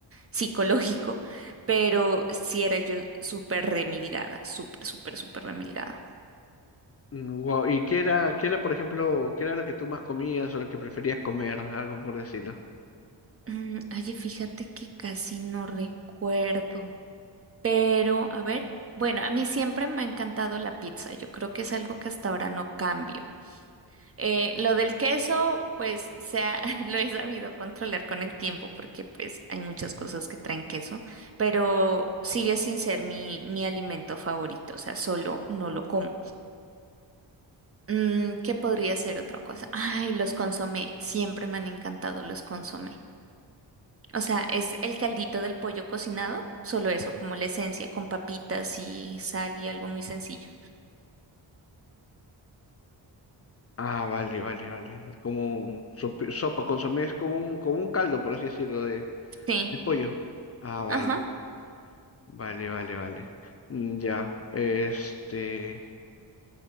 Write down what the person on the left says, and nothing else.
Mm, Wow. ¿Y qué era, qué era, por ejemplo, qué era lo que tú más comías o lo que preferías comer? Algo por decirlo.
Ah, vale, vale, vale. Como sop- sopa, consomé es como un, como un caldo, por así decirlo, de,
de pollo. Ah, vale,
vale, vale, vale. Mm, Ya, este.